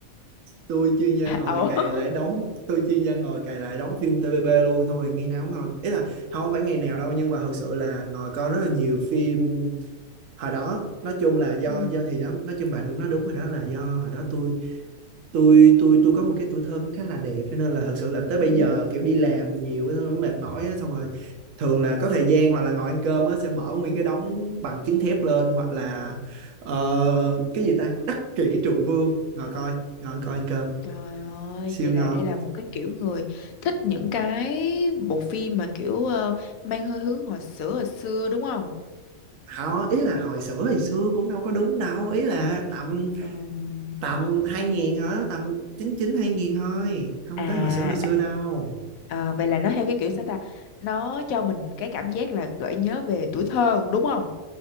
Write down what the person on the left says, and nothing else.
À,
ủa. <laughs>
Ừ.
Ừ.
Ừ.
Trời ơi,
vậy là
đây là một cái kiểu người thích những cái bộ phim mà kiểu ờ, mang hơi hướng hồi xưa hồi xưa đúng không?
Ừm,
À,
à, vậy là nó theo cái kiểu sao ta? Nó cho mình cái cảm giác là gợi nhớ về tuổi thơ đúng không?